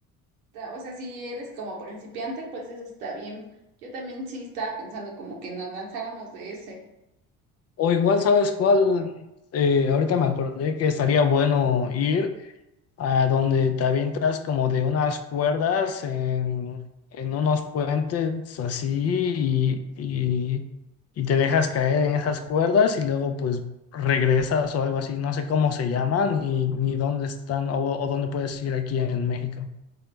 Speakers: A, on the right; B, on the left.
A: ta- o sea, si eres como principiante, pues eso está bien. Yo también sí estaba pensando como que nos lanzáramos de ese.
B: O igual, ¿sabes cuál? Eh, ahorita me acordé que estaría bueno ir. a donde te avientas como de unas cuerdas en, en unos puentes así y, y, y te dejas caer en esas cuerdas y luego pues regresas o algo así, no sé cómo se llaman ni, ni dónde están o, o dónde puedes ir aquí en México.